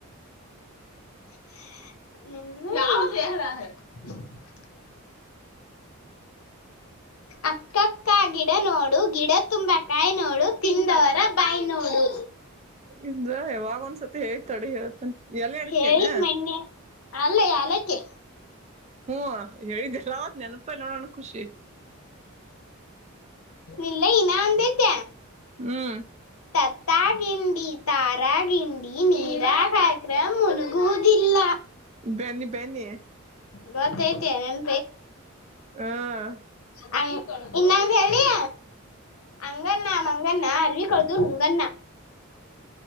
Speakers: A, on the left (about 80°); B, on the right (about 30°).
A: ಹ್ಮಲ್ಲ ಅಕ್ಕಕ್ಕ ಗಿಡ ನೋಡು ಗಿಡ ತುಂಬಾ ಕಾಯಿ ನೋಡು ತಿಂದವರ ಬಾಯಿ ನೋಡು
B: ಇದ್ದ ಯಾವಾಗ ಒಂದ್ಸತಿ ಹೇಳ್ತಾಡಿ ಹೇಳ್ತಾನ ಎಲ್ಲ ಅಡ್ಕೇನ.
A: ಹೇಳಿನ ಮಣ್ಣೆ ಅಲ್ಲ ಯಾಲಕ್ಕೆ.
B: ಹ್ಮ ಹೇಳಿದ್ದಲ್ಲ ಅವತ್ ನೆನಪಲ್ಲ ನೋಡೋಣ. ಖುಷಿ.
A: ಇಲ್ಲ ಇ. ನಿದ್ದ
B: ಹ್ಮ್
A: ತತ್ತ ಗಿಂಡಿ ತಾರ. ಡ್ರ್ಯಾಗಿನ್. ನೀರ ಕಾರ್ಯಕ್ರಮ್ ಮು. ಹದಿಲ್ಲ.
B: ಬನ್ನಿ ಬನ್ನಿ.
A: ಗೊತ್ತ ಐತ ನೆನ್.
B: ಹಾ
A: ಹ್ಮ್ಮ್. ಇನ್ನ ಕನಯ. ಅಂಗಣ್ಣ ಮಂಗಣ್ಣ ಅರವಿಿಕಳದು ನುಂಗಣ್ಣ